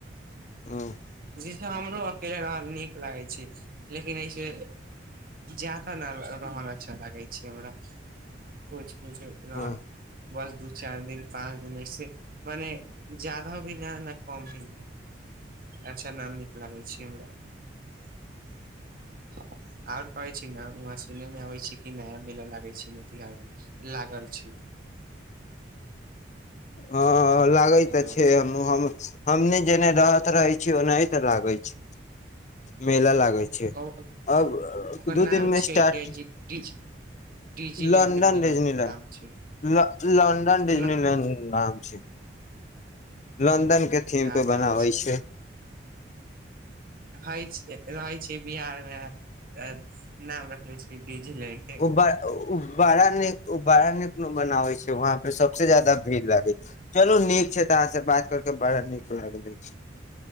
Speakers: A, on the left; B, on the right.
A: ऊं
B: जैसे हमरो अकेले रहल नीक लागै छै लेकिन ऐसे ज्यादा न रहल अच्छा लागै छै हमरा कुछ किछ रहल
A: हँ
B: बस दू चारि दिन पाँच दिन ऐसे मने जादा भी नहि ने कम भी अच्छा न नीक लागल छैय हमरा। <unintelligible> आर कहे छी न वहाँ सुनने में आबे छैय कि नया मेला लागे छैय। मोतिहारी लागल छी।
A: अं हॅं लागै
B: हेलो
A: तऽ छै हनु हम हमने जेने रहत रहै छी ओनाहित लागैत छी। मेला लागै छै
B: ओकर
A: अब दू
B: नाम
A: दिन मे
B: छियै
A: स्टार्ट
B: डेजी डिज डिजीलैंड
A: लंडन
B: मेला
A: डिजनीलैंड
B: नाम छै
A: लंडन डिजनीलैंड
B: ल
A: नाम छैय। लन <unintelligible> के थीम
B: क्या
A: पे
B: बात
A: बनाबै छैय।
B: खाई छिये रहै छिये बिहारमे नाम रखले छिये बीजी रहे के
A: ओ बड़ा नीक बड़ा नीक बनाबै छै वहाँ पे सबसे जादा भीड़ लागै छैय चलू नीक छैय तऽ अहाँ से बात कर के बड़ा नीक लागले।